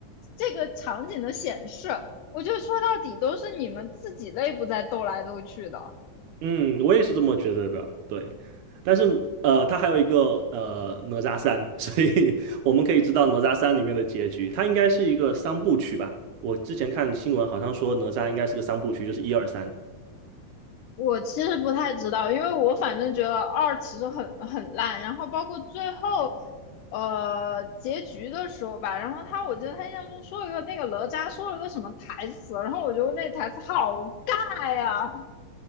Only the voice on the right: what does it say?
嗯，我也是这么觉得的，对。但是呃，它还有一个呃哪吒三，所以 <laughs> 我们可以知道哪吒三里面的结局，它应该是一个三部曲吧？我之前看新闻好像说哪吒应该是个三部曲，就是一二三，